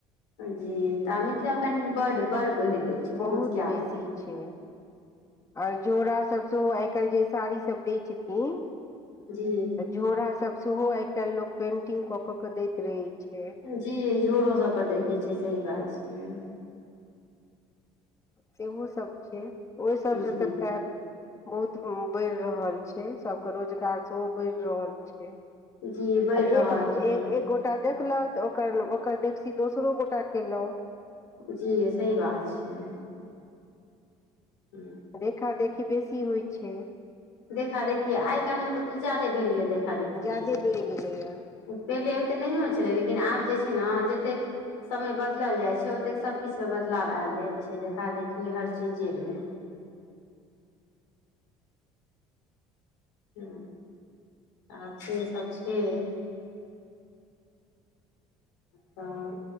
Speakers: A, on the left; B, on the left.
A: जी तऽ मिथिला पेंटिंग बड बड़ बढ़ि गेल छै
B: बहुत
A: ज्यादे
B: बेसी छै आर झोड़ा सब सेहो आइ काल्हि जे साड़ी सब दय छथिन
A: जी
B: झोरा सब सेहो आई काईल लोग पेंटिंग क क दति रहै छै
A: जी झोरो सब पर देखै छियै सही बात छै
B: सेहो सभ छै ओहि सभसँ
A: जी
B: तऽ <unintelligible> बहुत बढ़ि रहल छै सबके रोजगार सेहो बढ़ि रहल छै
A: जी बढ़ि
B: आब
A: रहल
B: एक एक
A: छै
B: गोटा देखलक तऽ ओकर ओकर देखसी दोसरो गोटा केलऽ
A: जी सही बात छय हूँ
B: देखा देखी बेसी होइ छै
A: देखा देखि आइ काल्हि मे तऽ कुछ जादे बढ़ि गेलै देखा देखि
B: ज्यादे बढ़ि गेलैया
A: पेहले ओतेक नयहो छलै लेकिन आब जे छै ने जते समय बदलल जाय छै ओते सब किछ मे बदलाव आयल जाय छै देखा देखी हर चीजे मे ह आ से सब छियै हं